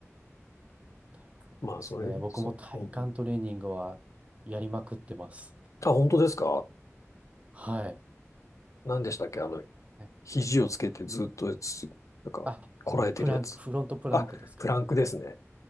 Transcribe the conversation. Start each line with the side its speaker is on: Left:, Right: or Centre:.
Right: 体幹ですね。
Left: まあそういう、
Right: 僕も体幹トレーニングはやりまくってます。
Left: そう、うん。あ、本当ですか
Right: はい。
Left: 何でしたっけあの、
Right: ね
Left: 肘をつけてずっとつ、なんか、
Right: あ、あの、
Left: こらえてるやつ。
Right: プランク、フロントプランクですかね。
Left: あ、プランクですね。